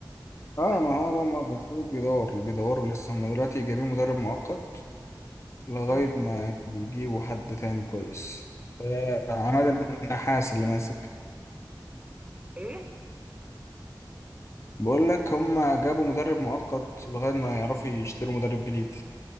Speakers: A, on the left; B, on the right.
A: اه
B: بس
A: ما هو بقى ما المفروض بيدور اللي بيدوروا لسه هم دلوقتي جايبين مدرب مؤقت لغاية
B: مم.
A: ما يجيبوا حد تاني كويس فعماد النحاس اللي ماسك
B: ايه
A: بقول لك هم جابوا مدرب مؤقت لغاية ما يعرفوا يشتروا مدرب جديد